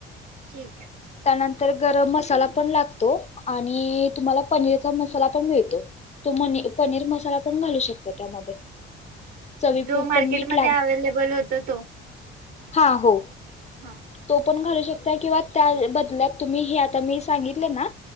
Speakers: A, on the right; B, on the left.
A: ठीक आय.
B: नंतर गरम मसाला पण लागतो, आणि तुम्हाला पनीरचा मसाला पण मिळतो. तो मनी पनीर मसाला पण घालू शकतो त्यामध्ये. चवीपुरतं
A: जो मार्केटमध्ये
B: मीठ
A: अवेलेबल होतो तो.
B: हां, हो.
A: हम्
B: तो पण घालू शकताय किंवात त्याय बदल्यात तुम्ही हे आता मी सांगितलं ना